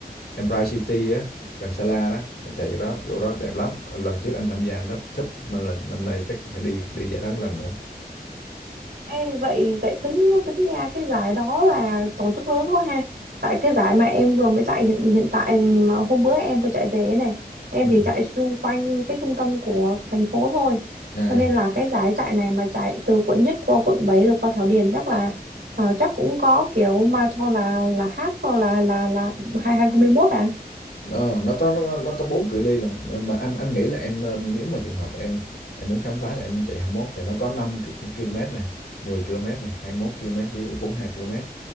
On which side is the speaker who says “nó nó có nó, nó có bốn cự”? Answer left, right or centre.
Left